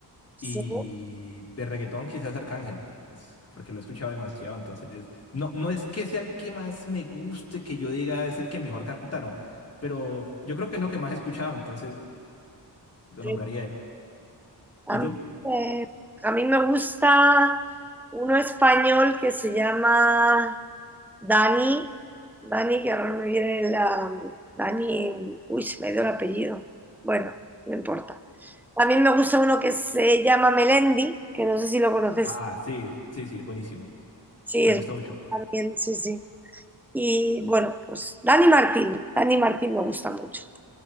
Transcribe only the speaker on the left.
Y de reggaetón quizás Arcángel, es porque lo he escuchado demasiado, entonces no, no es que sea el que más me guste, que yo diga es el que mejor canta, no, pero yo creo que es lo que más he escuchado, entonces lo
nombraría él.
¿Y
tú?
Ah, sí, sí, sí, es buenísimo,
me
gusta mucho.